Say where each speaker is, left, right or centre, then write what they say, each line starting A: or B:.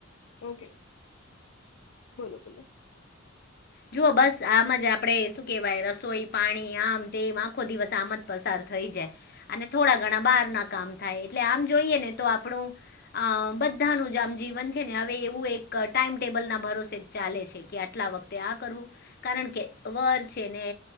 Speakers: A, on the left; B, on the left.
A: ઓકે બોલો બોલો
B: જુઓ બસ આમ જ આપણે શું કેહેવાય રસોઈ પાણી આમ તેમ આખો દિવસ આમ જ પસાર થઈ જાય અને થોડા ઘણા બહાર ના કામ થાય એટલે આમ જોઈએ ને તો આપણું અ બધાનું જ આમ જીવન છે ને હવે એવું એક ટાઈમ ટેબલ ના ભરોસે જ ચાલે છે કે આટલા વખતે આ કરવું કારણ કે વર છે ને